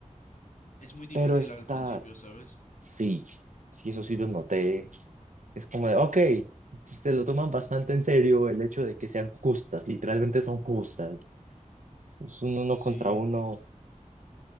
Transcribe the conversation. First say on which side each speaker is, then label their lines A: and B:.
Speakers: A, on the left (about 70°); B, on the right (about 75°).
A: Es muy difícil
B: pero está
A: al principio, ¿sabes?
B: Sí, sí, eso sí lo noté. Es como de, ok, se lo toman bastante en serio el hecho de que sean justas, literalmente son justas. Es es un uno contra
A: Sí.
B: uno